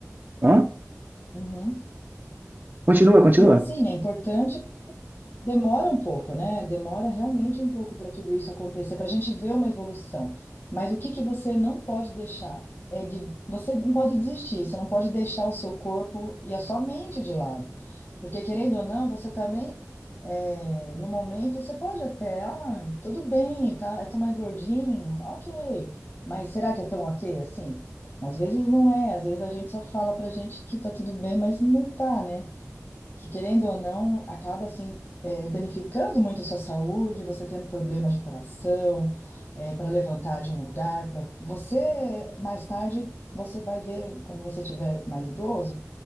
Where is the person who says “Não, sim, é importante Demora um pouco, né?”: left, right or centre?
Left